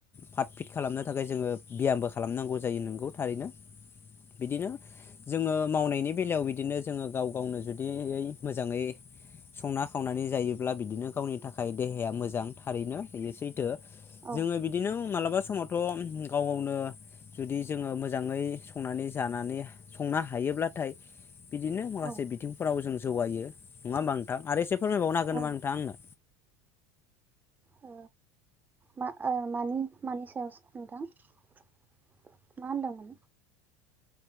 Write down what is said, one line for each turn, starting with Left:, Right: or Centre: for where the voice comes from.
Left: फ्राट फिट खालामनो थाखाय जोङो बियामबो खालामनांगौ जायो नोंगौ थारैनो बिदिनो जोङो मावनायनि बेलायाव बिदिनो जोङो गाव गावनो जुदि मोजाङै संना खावनानै जायोब्ला बिदिनो गावनि थाखाय देहाया मोजां थारैनोसै
Right: औ
Left: जोङो बिदिनो मालाबा समावथ' गाव गावनो जुदि जोङो मोजाङै संनानै जानानै संनो हायोब्लाथाय बिदिनो माखासे
Right: औ
Left: बिथिंफोराव जों जौगायो नङाबा नोंथां आरो एसे फोरमायबावनो हागोन
Right: औ
Left: नामा नोंथां आंनो।
Right: ओ, मा ओ मानि मानि सायाव सोंनो नोंथां। मा होनदों?